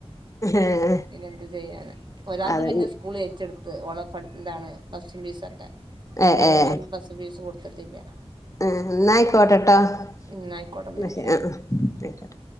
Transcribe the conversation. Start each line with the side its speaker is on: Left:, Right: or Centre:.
Left: ഏഹ്
Right: പിന്നെന്ത് ചെയ്യാനാ ഒരാളത്
Left: അതെ
Right: പിന്നെ സ്കൂള്ച്ചടു ഓണ ഇതാണ് ബസ് ഫീസ് ഒക്കെ
Left: ഏഹ്
Right: കഴിഞ്ഞ
Left: ഏഹ്
Right: വർഷം ബസ് ഫീസ് കൊടുത്തിട്ടില്ല.
Left: ആഹ് എന്നയിക്കോട്ടെട്ടോ ന്ന
Right: ഉം ന്നാ ആയിക്കോട്ടെ ന്നാ
Left: ശെ
Right: ശരി
Left: അഹ് അഹ് ആയിക്കോട്ടെ.